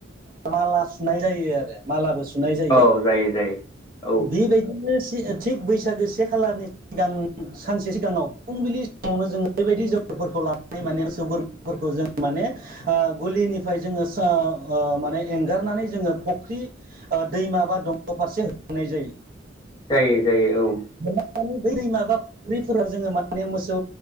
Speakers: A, on the right; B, on the left.
A: माला सुनाय जायो आरो मालाबो सुनाय जायो
B: औ जायो औ
A: बेबायदिनो <unintelligible> थिग बैसागो से खालारनि सिगां सानसे सिगाङाव फुंबिलि सिमावनो जोङो बेबायदि जगफोरखौ लानानै माने बोरमाफोरखौ जों माने ओ गलिनिफ्राय जोङो माने एंगारनानै जोङो फुख्रि ओ दैमा बा दंग' फारसे होनाय जायो
B: जायो जायो औ
A: माने बै दैमा बा फख्रिफोराव जोङो माने मोसौ